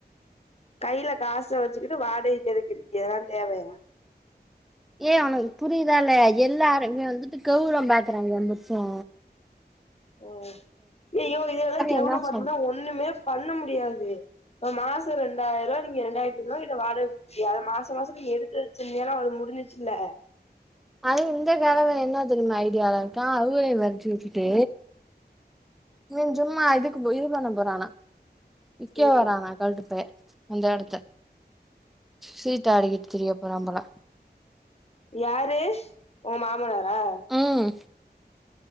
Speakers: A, on the left; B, in the centre.
A: கையில காச வச்சுக்குட்டு வாடகைக்கு எடுக்குறீங்க இதல்லா தேவையா
B: ஏய் உனக்கு புரியுதா இல்லயா எல்லாருமே வந்துட்டு கெவுரவோ பாக்குறாங்க ஏ புத்தியு
A: ம் ஏய் யோ இதெல்லா கெவுரவோ
B: என்ன சொல்
A: பாத்துருந்தா ஒண்ணுமே பண்ண முடியாது மாசோ ரெண்டாயிர் ரூவா நீங்க ரெண்டாயிரத்தி ஐநூவா கிட்ட வாடக குடுத் ஏ அத மாச மாசோ நீ எடுத்து வச்சுருந்தியினா அவ்ளோ முடிஞ்சிச்சில்ல
B: அதுவு இந்த காலத்துல என்ன தெரியுமா ஐடியால இருக்கா அவுங்களையு வெரட்டி விட்டுட்டு இவன் சும்மா இதுக்கு போ இது பண்ண போறானா விக்க
A: எது
B: போறானாங் கெழட்டு பைய அந்த எடத்த சீட்டு ஆடிக்கிட்டு திரிய போறா போல
A: யாரு ஓ மாமனாரா
B: ம்